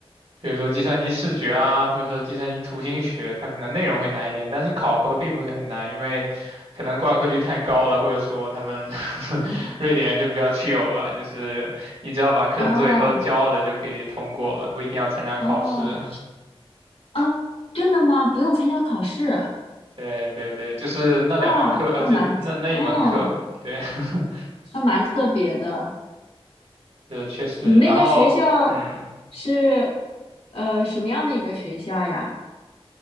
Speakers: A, on the right; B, on the left.
A: 比如说计算机视觉啊，或者说计算机图形学，它可能内容会难一点，但是考核并不会很难，因为可能挂科率太高了，或者说他们 <laughs> 瑞典人就比较 c h 吧，就是你只要把课程作业都交了就可以通过，
B: 哦
A: 不一定要参加考试。
B: 哦啊，真的吗？不用参加考试？
A: 对对对，就是那两门课，
B: 哇，
A: 呃，
B: 还蛮特，
A: 就是那那一门课，
B: 嗯，
A: 对，<laughs>
B: 还蛮特别的。
A: 是确实，
B: 你那个学校是
A: 然后，嗯，
B: 呃什么样的一个学校呀？